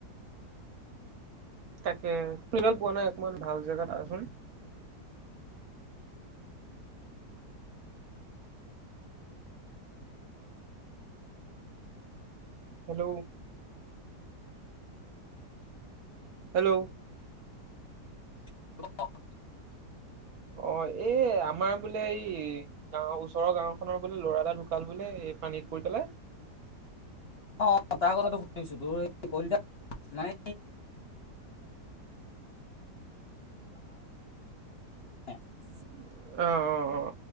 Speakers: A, on the right; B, on the left.
A: তাকে তাল পোৱা নাই অকমান ভাল জেগাত আহচোন। হেল্ল'। হেল্ল'।
B: <unintelligible>
A: অ' এ আমাৰ বোলে এই গাঁওৰ ওচৰৰ গাঁও খনৰ বোলে লৰা এটা ঢুকাল বোলে। পানীত পৰি পেলাই
B: অ', -অ' তাৰ কথাটো শুনিছো তোৰ এই কলিতা মানে <unintelligible>
A: অ', -অ', - অ'।